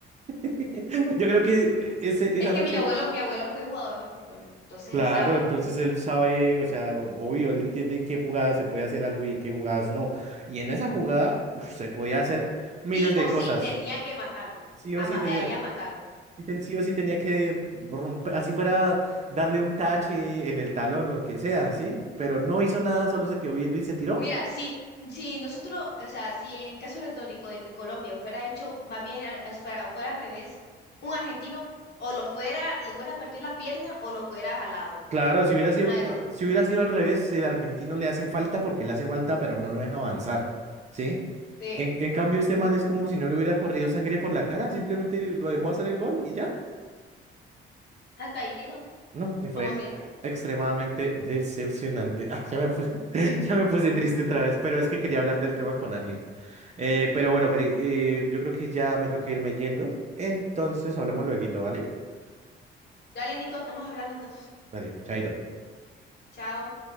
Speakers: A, on the right; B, on the left.
A: <laughs> Yo creo que eh, ese, esa
B: Es que
A: noche,
B: mi abuelo, mi abuelo fue jugador de fútbol, entonces
A: claro,
B: él sabe.
A: entonces él sabe, o sea, obvio, él entiende en qué jugadas se puede hacer algo y en qué jugadas no. Y en esa jugada, uf, se podía hacer miles
B: Sí
A: de
B: o
A: cosas.
B: sí tenía que matarlo,
A: Sí
B: a,
A: o sí
B: ma-
A: tenía.
B: a ella matarlo.
A: Y ten- sí o sí tenía que romper, así fuera darle un tache en el talón, lo que sea, ¿sí? Pero no hizo nada, solo se quedó viendo y se tiró.
B: Mira, si, si nosotros, o sea, si en caso retórico de que Colombia fuera hecho, más bien al- al- fuera, fuera al revés, un argentino o lo fuera, le fuera a partir las piernas o lo fuera jalado.
A: Claro, si hubiera sido,
B: Una de
A: que-
B: dos.
A: si hubiera sido al revés, el argentino le hace falta porque le hace falta, pero no lo deja avanzar, ¿sí?
B: Sí.
A: En, en cambio, este man es como si no le hubiera corrido sangre por la cara, simplemente lo dejó hacer el gol y ya.
B: Hasta ahí llegamos,
A: No, y fue
B: como siempre.
A: extremadamente decepcionante. <laughs> Ah, ya me puse, <laughs> ya me puse triste otra vez, pero es que quería hablar del tema con alguien. Eh, pero bueno, Cari, eh, yo creo que ya me toca irme yendo. Entonces hablamos luego, ¿vale?
B: Dale, Nico, estamos hablando entonces.
A: Dale, chaito.
B: Chao.